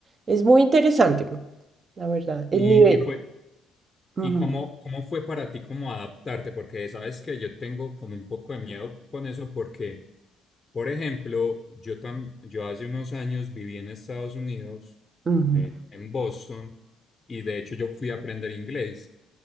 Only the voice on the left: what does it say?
y,
y fue.
¿Y cómo, cómo fue para ti como adaptarte? Porque sabes que yo tengo como un poco de miedo con eso porque, por ejemplo, yo, tam- yo hace unos años viví en Estados Unidos,
eh, en Boston, y de hecho yo fui a aprender inglés,